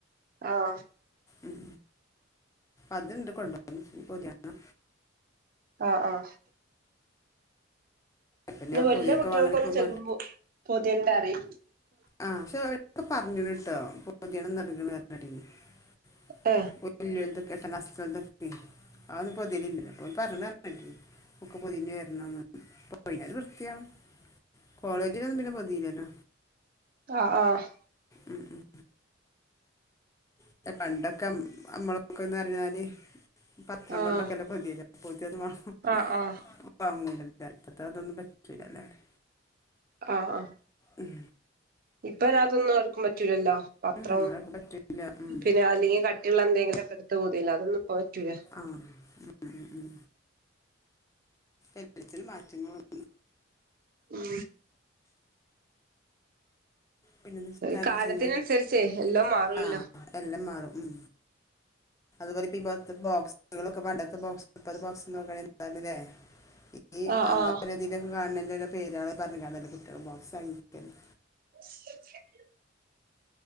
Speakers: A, on the right (about 50°); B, on the left (about 15°).
A: ആഹ്.
B: ഉം അത്ണ്ട് കൊണ്ട് പൊതാനെ.
A: ആഹ് ആഹ്.
B: പിന്നെ
A: പ്പൊ വല്യേ
B: പൊതിയൊക്കെ
A: കുട്ടേൾക്കൊന്നും
B: വാങ്ങണിപ്പോഴും
A: ചെലുമ്പോ പൊത്യേണ്ടറിം.
B: ആഹ് പക്ഷേ ക്ക പറഞ്ഞക്ക്ണ് ട്ട പൊതിയെണം <unintelligible>
A: ഹ്.
B: <unintelligible> <unintelligible> ബുക്ക് പൊതിഞ വരണം ന്നറഞ് പൊയിഞ്ഞ ഒരു വൃത്തിയാവും കോളേജിലൊന്നും പിന്നെ പൊതീലല്ലോ.
A: ആഹ് ആഹ്.
B: ആഹ് ഉം ഉം. <unintelligible> പണ്ടൊക്കെ അമ്മളൊക്കെന്നറഞ്ഞാല്. പത്രം
A: ആഹ്
B: കൊണ്ടൊക്കെല്ലെ പോതിലെ പൊതിയോന്നും <unintelligible>
A: ആഹ് ആഹ്
B: വാങ്ങുല ഇപ്പത്തതൊന്നും പറ്റൂലല്ലോ അവടെ.
A: ആഹ് ആഹ്.
B: ഉം.
A: ഇപ്പതന്നും ആർക്കും പറ്റൂലല്ലോ പത്രം.
B: ഉം, അതൊക്കെ പറ്റൂല ഉം.
A: പിന്നെ അല്ലെങ്കി കട്ടിള്ളന്തെങ്കിലൊ ക്കെടുത്ത് പൊതില്ലോ അതൊന്നും പ്പൊ പറ്റൂല.
B: ആഹ്. ഉം ഉം ഉം. എല്ലചിനും മാറ്റങ്ങള് വന്ന്
A: ഉം
B: പിന്നെന്താ
A: ഒരു
B: ചായകുടിച്ചയ്ഞ്ഞ
A: കാലത്തിനനുസരിച്ചേ
B: <inaudible>
A: എല്ലാം മാറുമല്ലോ
B: ആഹ്. എല്ലാം മാറും ഉം അതുപോലെ ഇപ്പോ ഇപ്പോത്തെ ബോക്സ്. ളൊക്കെ പണ്ടത്തെ ബോക്സ് <unintelligible> <unintelligible>
A: ആഹ് ആഹ്
B: പറഞ്കാണ്ട് കുട്ടേള് ബോക്സാങ്ങിക്കണേയ്.
A: <unintelligible>